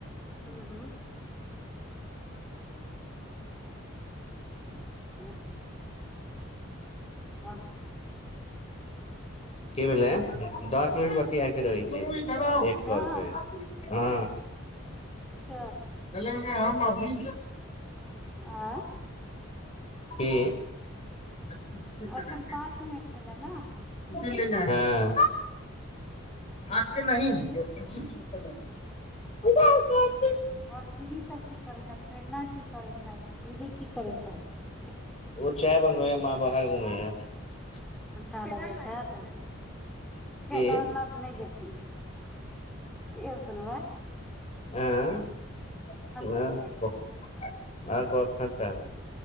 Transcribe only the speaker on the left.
कि भेलऐ दस मिनट बतिया रहै छै एक कल
पे हँ
चलेंगे हम अभी
की स्कूटी से
चलेंगे
स्कूटी ले जाए आाक्य नहि से चले <unintelligible>
ओ चाय बनबय माँ बाहर घुमय अछि
की
हँ आ
क <unintelligible> त <unintelligible>